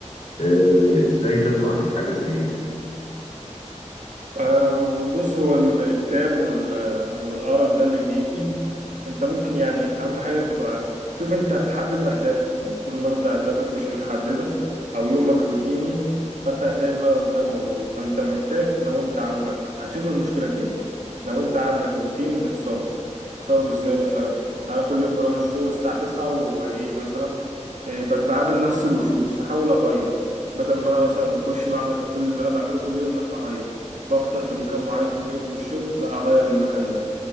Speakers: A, on the left; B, on the right.
A: آه، إزاي تطلع من حاجة زي دي يعني
B: آه، بص هو الكتاب وال... والأرق ده اللي بيجي انت ممكن يعني اهم حاجة تبقى شوف انت هتحدد اهدافك طول ما انت اهدافك مش متحددة او يومك روتيني فانت هتلاقي الملل ده موجود فانت محتاج لو انت عندك هتشوف المشكلة فين لو انت عندك روتين نكسره نكسره ازاي مثلا انا كل يوم بروح الشغل الساعة تسعة وايه مثلا إيه بت- بقابل نفس الوشوش احاول اغير بدل ما انا مثلا بخش بعمل كل اللي انا بعمله كل يوم لا اغير بفطر في مكان معين كل يوم في الشغل لا اغير المكان ده